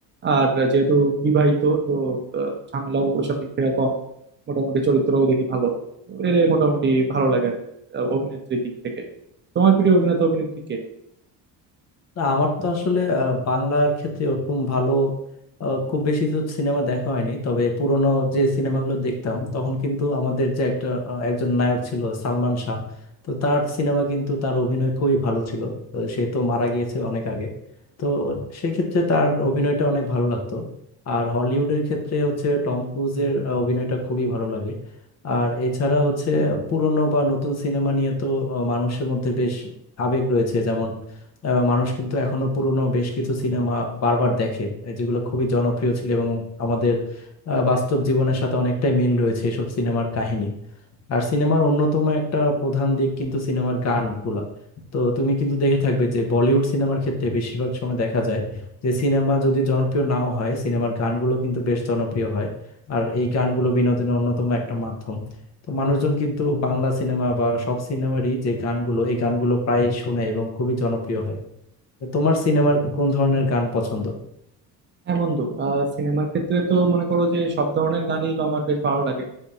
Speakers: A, on the right (about 30°); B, on the left (about 45°).
A: আর যেহেতু বিবাহিত তো আহ, ঝামেলাও ওইসব দিক থেকে কম মোটামুটি চরিত্রও দেখি ভালো তো এর মোটামুটি ভালো লাগে আর কি, আহ, অভিনেত্রীর দিক থেকে তোমার প্রিয় অভিনেতা অভিনেত্রী কে
B: না আমার তো আসলে আহ, বাংলার ক্ষেত্রে ওরকম ভালো আহ, খুব বেশি তো সিনেমা দেখা হয়নি তবে পুরোনো যে সিনেমাগুলো দেখতাম তখন কিন্তু আমাদের যে একটা আহ, একজন নায়ক ছিল সালমান শাহ তো তার সিনেমা কিন্তু তার অভিনয় খুবই ভালো ছিল তো সে তো মারা গিয়েছে অনেক আগে তো সেক্ষেত্রে তার অভিনয়টা অনেক ভালো লাগতো আর হলিউডের ক্ষেত্রে হচ্ছে টম ক্রুজের আহ, অভিনয়টা খুবই ভালো লাগে আর এছাড়া হচ্ছে পুরনো বা নতুন সিনেমা নিয়ে তো আহ, মানুষের মধ্যে বেশ আবেগ রয়েছে যেমন আহ, মানুষ কিন্তু এখনো পুরনো বেশ কিছু সিনেমা বারবার দেখে এই যেগুলো খুবই জনপ্রিয় ছিল এবং আমাদের আহ, বাস্তব জীবনের সাথে অনেকটাই মিল রয়েছে এসব সিনেমার কাহিনী আর সিনেমার অন্যতম একটা প্রধান দিক কিন্তু সিনেমার গানগুলা তো তুমি কিন্তু দেখে থাকবে যে বলিউড সিনেমার ক্ষেত্রে বেশিরভাগ সময় দেখা যায় যে সিনেমা যদি জনপ্রিয় নাও হয় সিনেমার গানগুলো কিন্তু বেশ জনপ্রিয় হয় আর এই গানগুলো বিনোদনের অন্যতম একটা মাধ্যম তো মানুষজন কিন্তু বাংলা সিনেমা বা সব সিনেমারই যে গানগুলো এই গানগুলো প্রায় শুনে এবং খুবই জনপ্রিয় হয় তো তোমার সিনেমার কোন ধরনের গান পছন্দ
A: হ্যাঁ বন্ধু আহ সিনেমার ক্ষেত্রে তো মনে করো যে সব ধরনের গানই আমার বেশ ভালো লাগে